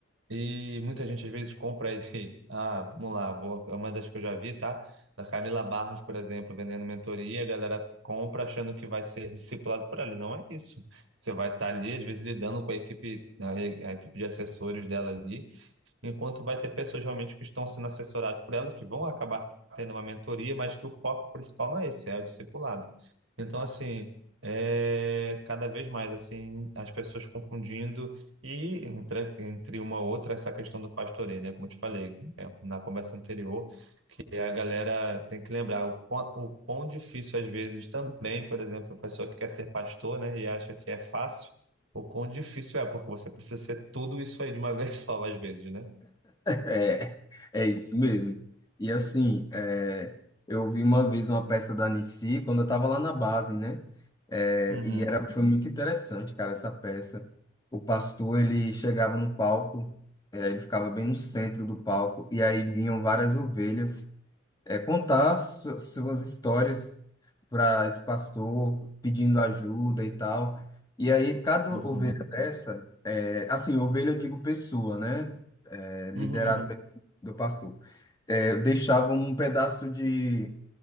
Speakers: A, on the right; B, on the left.
A: E muita gente às vezes compra aí. <laughs> Ah, vamos lá, vou, é uma das que eu já vi, tá? Da Camila Barros, por exemplo, vendendo mentoria, a galera compra achando que vai ser discipulado por ela. Não é isso. Você vai estar ali, às vezes, lidando com a equipe, a, a equipe de assessores dela ali enquanto vai ter pessoas realmente que estão sendo assessoradas por ela, que vão acabar tendo uma mentoria, mas que o foco principal não é esse, é o discipulado. Então, assim, é cada vez mais, assim, as pessoas confundindo e entre, entre uma outra essa questão do pastoreio, né? Como eu te falei, é, na conversa anterior, e a galera tem que lembrar o quão, o quão difícil às vezes também, por exemplo, a pessoa que quer ser pastor, né, e acha que é fácil, o quão difícil é, porque você precisa ser tudo isso aí de uma <laughs> vez só, às vezes, né?
B: É, é isso mesmo. E assim, é, eu vi uma vez uma peça da Nissi quando eu estava lá na base, né? É,
A: Uhum,
B: e era, foi muito interessante, cara, essa peça. O pastor, ele chegava no palco, é, ele ficava bem no centro do palco, e aí vinham várias ovelhas é, contar su- suas histórias para esse pastor, pedindo ajuda e tal. E aí, cada
A: uhum,
B: ovelha dessa, é, assim, ovelha eu digo pessoa, né? É, liderado
A: uhum, uhum.
B: do pastor. É, deixava um pedaço de,